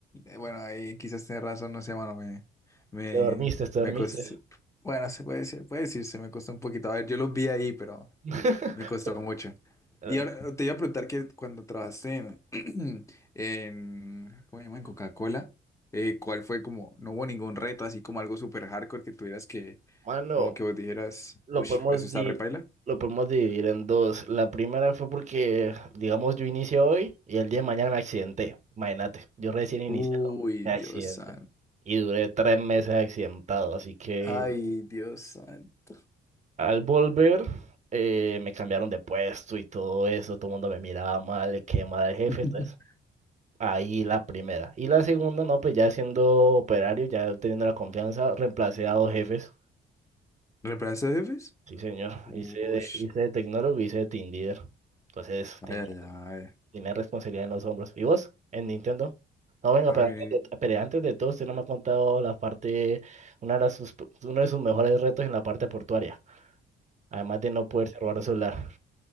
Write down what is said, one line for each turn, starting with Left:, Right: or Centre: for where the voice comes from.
Left: eh, Bueno, ahí quizás tenés razón, no sé, mano, me, me,
Right: Te dormiste, te
Left: me
Right: dormiste.
Left: costó, bueno, se puede decir, puede decirse, me costó un poquito. A ver, yo los vi ahí, pero
Right: <laughs>
Left: me costó mucho.
Right: Eh,
Left: Y ahora te iba a preguntar que cuando trabajaste en, <clears throat> en ¿cómo se llama? En Coca-Cola, eh, ¿cuál fue como, no hubo ningún reto, así como algo súper hardcore que tuvieras que,
Right: Mano,
Left: como que vos dijeras,
Right: lo
Left: uff,
Right: podemos
Left: eso está
Right: di-
Left: repaila?
Right: lo podemos dividir en dos. La primera fue porque, digamos, yo inicié hoy y el día de mañana me accidenté. Imagínate, yo recién iniciado,
Left: Uy,
Right: me accidenté.
Left: Dios santo.
Right: Y duré tres meses accidentado, así que
Left: Ay, Dios santo.
Right: Al volver, eh, me cambiaron de puesto y todo eso, todo el mundo me miraba mal, le quedé mal al jefe,
Left: <laughs>
Right: entonces ahí la primera. Y la segunda, no, pues ya siendo operario, ya teniendo la confianza, reemplacé a dos jefes,
Left: ¿Reemplazo de jefes?
Right: sí señor,
Left: Uy,
Right: hice de, hice de tecnólogo y hice de team leader, entonces
Left: ay,
Right: tenía,
Left: ay, ay.
Right: tenía responsabilidad en los hombros. ¿Y vos, en Nintendo? No, venga,
Left: A
Right: pero
Left: ver,
Right: antes de, pero antes de todo, usted no me ha contado la parte, una de las sus- uno de sus mejores retos en la parte portuaria, además de no poderse robar un celular.